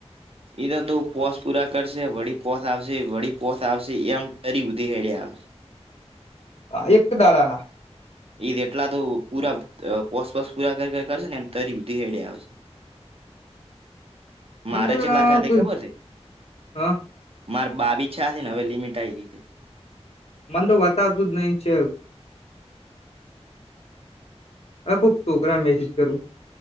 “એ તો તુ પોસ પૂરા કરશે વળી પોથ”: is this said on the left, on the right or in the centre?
Right